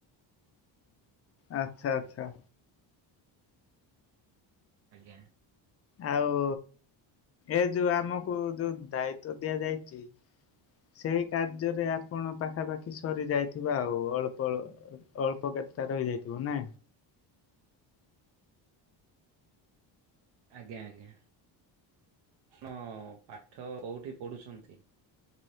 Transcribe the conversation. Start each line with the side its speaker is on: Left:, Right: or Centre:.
Left: ଆଚ୍ଛା ଆଚ୍ଛା।
Right: ଆଜ୍ଞା।
Left: ଆଉ ଏ ଯୋଉ ଆମକୁ ଯୋଉ ଦାୟିତ୍ଵ ଦିଆଯାଇଛି। ସେହି କାର୍ଯ୍ୟରେ ଆପଣ ପାଖାପାଖି ସରିଯାଇଥିବା ଆଉ ଅଳ୍ପ ଅଳ ଅଳ୍ପ କେତେଟାରେ ହେଇଯାଇଥିବ ନା?
Right: ଆଜ୍ଞା ଆଜ୍ଞା। ଆପଣ ପାଠ କୋଉଠି ପଢ଼ୁଛନ୍ତି?